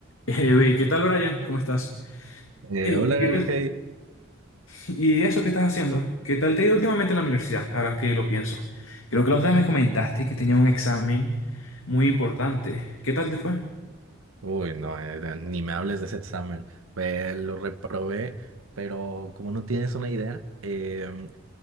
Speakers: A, on the left; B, on the right.
A: Eh, güey, ¿qué tal, Brian? ¿Cómo estás?
B: Eh,
A: Ey,
B: hola,
A: ¿qué tal-
B: hey.
A: ¿Y eso qué estás haciendo? ¿Qué tal te ha ido últimamente en la universidad? Ahora que lo pienso. Creo que la otra vez me comentaste que tenía un examen muy importante. ¿Qué tal te fue?
B: Uy, no, eh, ni me hables de ese examen. Pues lo reprobé, pero como no tienes una idea, em,